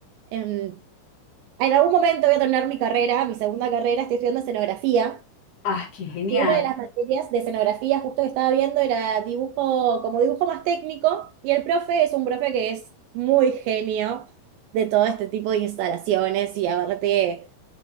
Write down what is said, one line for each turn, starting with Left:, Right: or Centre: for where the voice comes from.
Right: em, En algún momento voy a terminar mi carrera, mi segunda carrera, estoy estudiando escenografía.
Left: ah, qué genial,
Right: Y Una de las materias de escenografía justo que estaba viendo era dibujo, como dibujo más técnico, y el profe es un profe que es muy genio de todo este tipo de instalaciones y aparte